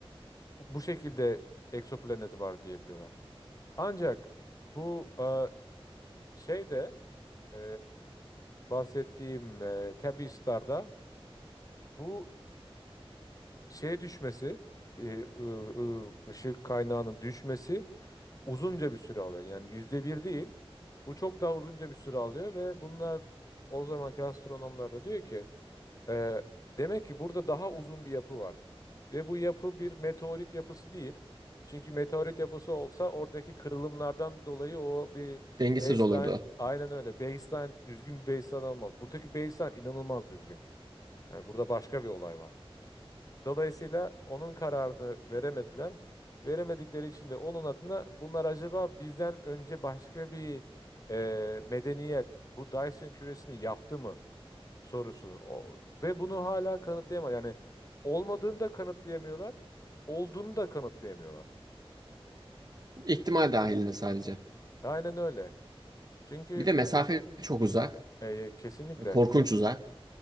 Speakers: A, on the left; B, on the right.
A: bu bu şekilde egzoplaneti var diyebiliyorlar. Ancak bu e, şeyde e, bahsettiğim e, Tabby Star'da bu şey düşmesi, e, ı- ı- ışık kaynağının düşmesi uzunca bir süre alıyor. Yani yüzde bir değil. Bu çok daha uzunca bir süre alıyor ve bunlar o zamanki astronomlar da diyor ki e, demek ki burada daha uzun bir yapı var. Ve bu yapı bir meteorit yapısı değil. Çünkü meteorit yapısı olsa oradaki kırılımlardan dolayı o bir
B: Dengesiz
A: baseline
B: olurdu.
A: aynen öyle. Baseline düzgün bir baseline olmaz. Buradaki baseline inanılmaz düzgün. Yani burada başka bir olay var. Dolayısıyla onun kararını veremediler. Veremedikleri için de onun adına bunlar acaba bizden önce başka bir e, medeniyet bu Dyson küresini yaptı mı sorusunu. O, ve bunu hala kanıtlayamadı. Yani olmadığını da kanıtlayamıyorlar, olduğunu da kanıtlayamıyorlar.
B: İhtimal dahilinde sadece.
A: Aynen öyle. Çünkü
B: Bir de mesafe çok uzak.
A: e, kesinlikle,
B: Korkunç uzak.